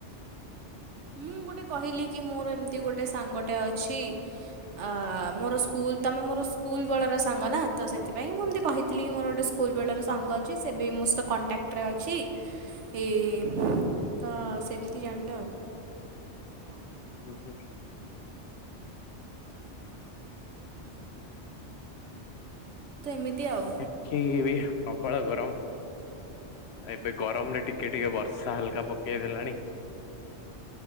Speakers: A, on the right (about 80°); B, on the left (about 70°).
A: ମୁଁ ଗୋଟେ କହିଲି କି ମୋର ଏମିତି ଗୋଟେ ସାଙ୍ଗଟେ ଅଛି। ଆ ମୋର ସ୍କୁଲ ତମେ ମୋର ସ୍କୁଲ ବେଳର ସାଙ୍ଗ ନା ତ ସେଥିପାଇଁ ମୁଁ ଏମତି କହି ଥିଲିକି କିି ମୋର ଗୋଟଏ ସ୍କୁଲ ବେଳର ସାଙ୍ଗ ଅଛି ସେ ବି ମୋ ସହିତ କଣ୍ଟାକ୍ଟରେ ଅଛି। ଏଇ ତ ସେମତି ଜାଣିଲେ ଆଉ ହଁ
B: <unintelligible>
A: ତ ଏମିତି ଆଉ।
B: ଏଠି ବି ପ୍ରବଳ ଗରମ। ଏବେ ଗରମ ରେ ଟିକେ ଟିକେ ବର୍ଷା ହାଲକା ପକେଇ ଦେଲାଣି।